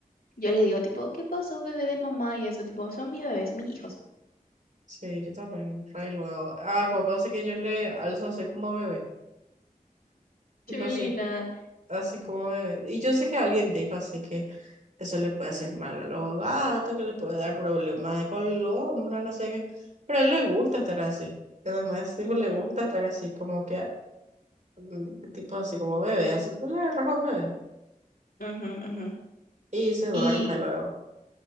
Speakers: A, on the left; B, on the right.
A: yo les digo, tipo, ¿qué pasó, bebé de mamá? Y eso, tipo, son mis bebés, mis hijos.
B: sí, yo también, re luego. Ah, Coco, así que yo le alzo así como bebé. Tipo
A: Chulina.
B: así. así como bebé. Y yo sé que alguien dijo así que eso le puede hacer mal a los gatos, que le puede dar problemas de columna, no sé qué. Pero a él le gusta estar así. Además, tipo,
A: Ujú,
B: le gusta estar así como que, mm, tipo así como bebé, así como le agarras a un bebé.
A: ujú, ujú.
B: Y se duerme
A: Y,
B: luego.